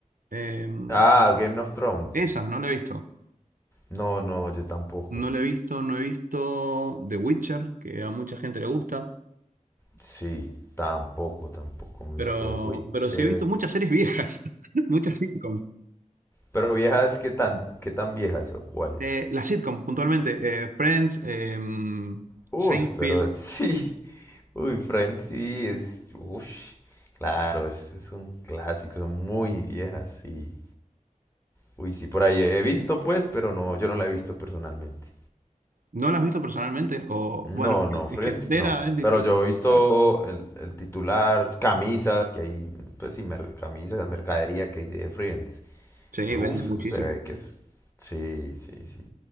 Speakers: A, on the right; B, on the left.
A: Em,
B: Ah, Game of Thrones.
A: Esa, no la he visto.
B: No, no, yo tampoco.
A: No la he visto, no he visto The Witcher, que a mucha gente le gusta,
B: Sí, tampoco, tampoco me
A: pero,
B: he visto The Witcher.
A: pero sí he visto muchas series viejas, <laughs> muchas sitcom.
B: Pero viejas, ¿qué tan, qué tan viejas o cuáles?
A: Eh, las sitcom, puntualmente, eh, Friends, eh,
B: Uf,
A: Seinfeld.
B: pero <laughs> sí. Uy, Friends sí es. Uf, claro, es, es un clásico, son muy viejas, sí. Uy, sí, por ahí he visto, pues, pero no, yo no la he visto personalmente.
A: ¿No las has visto personalmente? O,
B: No,
A: bueno, es
B: no,
A: que
B: Friends
A: es que entera
B: no.
A: es difícil,
B: Pero yo he visto
A: pero
B: el, el titular, camisas, que hay, pues sí, mer- camisas, mercadería que hay de Friends.
A: sí,
B: Y yo,
A: vende
B: uf,
A: muchísimo.
B: eso se ve que es... Sí, sí, sí.